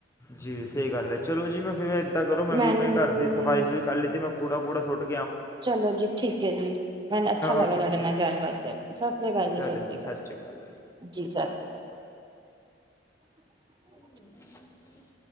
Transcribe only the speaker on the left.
ਜੀ ਸਈ ਗੱਲ ਐ। ਚਲੋ ਜੀ ਮੈਂ ਫਿਰ ਅੱਜ ਤਾ ਕਰੋ, ਮੈਂ
ਵੀ ਆਪਣੇ ਘਰ ਦੀ ਸਫ਼ਾਈ ਸਫਾਈ ਕਰ ਲਤੀ ਮੈਂ ਕੂੜਾ ਕੂੜਾ ਸੋਟ
ਓਕੇ
ਜੀ
ਤੁਹਾਡੇ
ਨਾਲ
ਅਕਾਲ ਜੀ
<unintelligible>